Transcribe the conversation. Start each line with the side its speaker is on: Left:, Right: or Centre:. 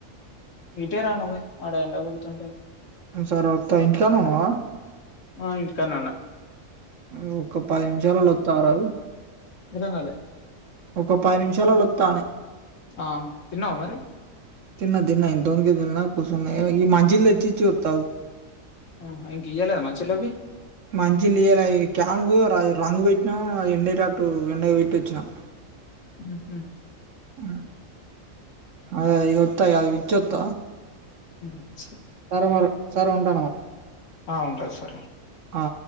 Left: ఇటే రా నువ్వే ఆడ ఎండ కొడుతుంటే
Right: సరోత్త ఇంటికానే ఉన్నావా
Left: ఆ ఇంటికానే ఉన్న
Right: ను ఒక పది నిమిషాలలో వస్తా అగరదు
Left: అర్ధం కాలే
Right: ఒక పది నిమిషాలలా ఒత్త అని
Left: ఆ తిన్నావా మరి
Right: తిన్న తిన్న ఇంత ముందుకే తిన్న కుసున్న
Left: ఆ!
Right: ఇగ ఈ మంచి నీళ్ళు చి చతావు
Left: ఆ ఇంక ఇయాలే మంచిలోభి
Right: మంచిలిలు క్యాన్కు రంగు పెట్టినాం అది ఎండటట్టు ఎండ పెట్టి వచ్చినాం
Left: ఉహూ
Right: ఉ అదే అదే ఇగ ఒత్త అవి ఇచ్చి ఒత్త
Left: హూ
Right: సరే మరి సరే ఉంటాన మరి
Left: ఆ! ఉంటా సరే.
Right: ఆ